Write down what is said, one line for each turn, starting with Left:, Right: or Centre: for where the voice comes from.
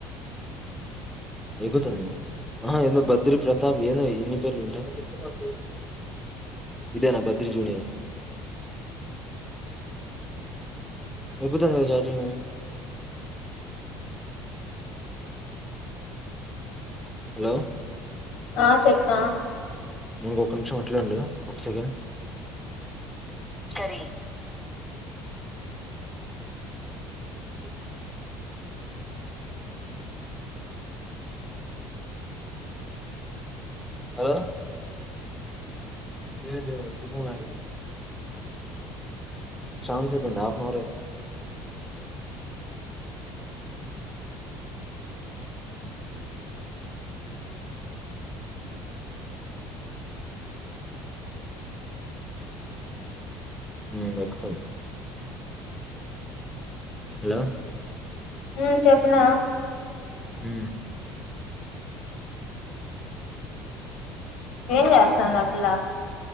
Centre: ఎగుతుంది ఆ ఏదో బద్రీ ప్రతాప్ ఏదో ఇన్ని పేర్లు ఉంట ఇదేనా బద్రీ జూనియర్ ఎక్కుతాదికదా ఛార్జింగు హలో
Left: ఆ చెప్నా
Centre: మౌనిక ఒక్క నిమిషం అట్లేఉండు ఒక సెకండ్ కరి <unintelligible> హలో <unintelligible> ఛాన్స్ ఐపోయింది హాఫ్ ఆన్ అవరే హ్మ్మ్ ఎక్కుతుంది హలో
Left: ఉం చెప్పున
Centre: హు
Left: ఏం చేస్తాంది ఆ పిల్ల